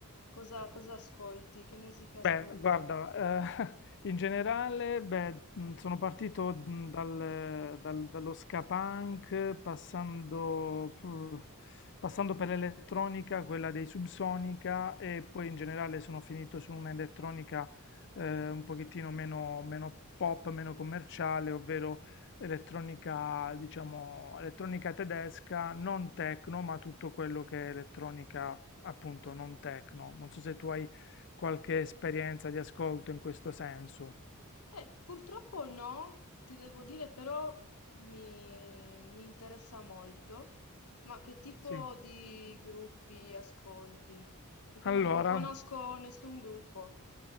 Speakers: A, on the left; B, on the left.
A: Cosa, cosa ascolti? Che musica ascolti?
B: Beh, guarda, eh, <laughs> in generale, beh, mh, sono partito mh, dal- dal- dallo ska punk, passando, fu- passando per l'elettronica, quella dei Subsonica, e poi in generale sono finito su un'elettronica eh, un pochettino meno, meno pop, meno commerciale, ovvero elettronica, diciamo, elettronica tedesca, non techno, ma tutto quello che è elettronica, appunto, non techno. Non so se tu hai qualche esperienza di ascolto in questo senso.
A: Eh, purtroppo no, ti devo dire però mi, mi interessa molto, ma che tipo
B: Sì.
A: di gruppi ascolti? Perché
B: Allora,
A: non, non conosco nessun gruppo